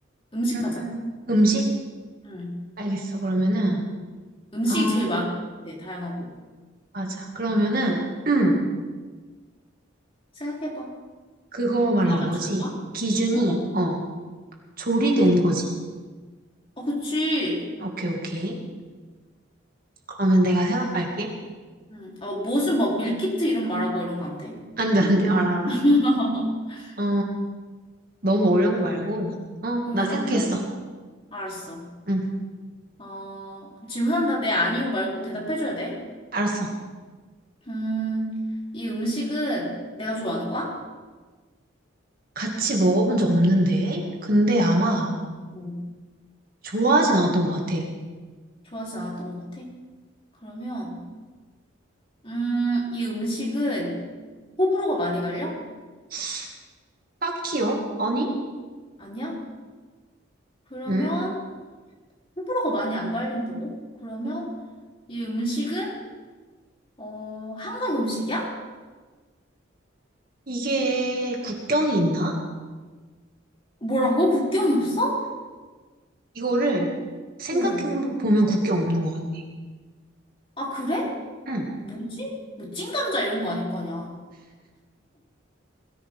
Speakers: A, on the left; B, on the right.
A: 음식
B: 음,
A: 하자.
B: 음식?
A: 음.
B: 알겠어. 그러면은,
A: 음식이
B: 아,
A: 제일 많은 것 같아, 다양하고.
B: 맞아. 그러면은, 음,
A: 생각해봐.
B: 그거 말하는
A: 내가
B: 거지.
A: 맞출 거야?
B: 기준이,
A: 어?
B: 어, 조리된 거지.
A: 아 그치.
B: 오케이, 오케이. 그러면 내가 생각할게.
A: 음. 아, 뭐 무슨 뭐 밀키트 이름 말하고 이런 거 안 돼?
B: 안 돼, 안 돼. 알아, 알아.
A: <laughs>
B: 어, 너무 어려운 거 말고. 어,
A: 너무
B: 나
A: 어려운
B: 생각했어.
A: 거 말고. 알았어.
B: 응,
A: 어, 그럼 질문한다. 네, 아니요 말고 대답해줘야 돼.
B: 알았어.
A: 음, 이 음식은 내가 좋아하는 거야?
B: 같이 먹어본 적 없는데? 근데 아마
A: 어? 응.
B: 좋아하진 않았던 것 같아.
A: 좋아하지 않았던 것 같아. 그러면, 음, 이 음식은 호불호가 많이 갈려?
B: <sniffs> 딱히요? 아니?
A: 아니야? 그러면,
B: 응?
A: 호불호가 많이 안 갈린다고? 그러면, 이 음식은, 어, 한국 음식이야?
B: 이게 국경이 있나?
A: 뭐라고? 국경이 없어?
B: 이거를 생각해
A: 어.
B: 보면 국경 없는 것 같아.
A: 아, 그래?
B: 응,
A: 뭐지? 뭐, 찐감자 이런 거 아닐 거 아니야.